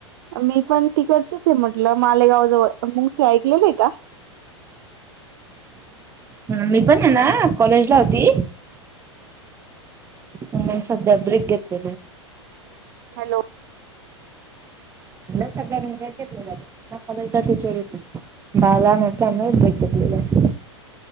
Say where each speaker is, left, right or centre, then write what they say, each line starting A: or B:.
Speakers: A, on the right; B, on the right.
A: मी पण तिकडचीच आहे म्हटलं, मालेगाव जवळ मुंसे ऐकलेले आहे का?
B: ह. मी पण आहे ना कॉलेज ला होती. मंग सध्या ब्रेक घेतलेल.
A: हॅलो.
B: <unintelligible> <unintelligible>